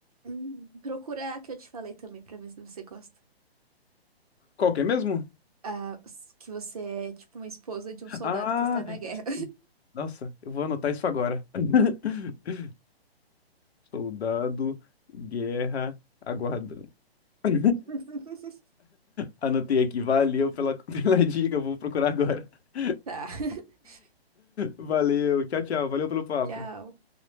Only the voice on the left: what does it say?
Qual que é mesmo?
Ah,
isso. Nossa, eu vou anotar isso agora. <laughs> Soldado, guerra, aguardando. <laughs>
Anotei aqui, valeu pela, <laughs> pela dica, vou procurar agora. <laughs>
Valeu, tchau, tchau, valeu pelo papo.